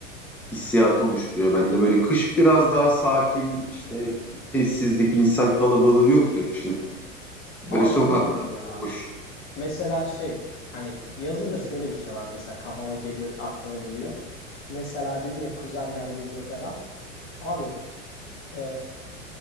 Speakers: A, in the centre; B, on the left.
A: hissiyatı oluşturuyor bende. Böyle kış biraz daha sakin, işte sessizlik, insan kalabalığı yok ya kışın. Böyle
B: Abi
A: sokaklar
B: bilmiyorum ya.
A: boş.
B: Mesela şey hani yazın da şöyle bir şey var mesela kafama geliyor aklıma geliyor. Mesela dedin ya kuzenler geliyor falan. Abi e,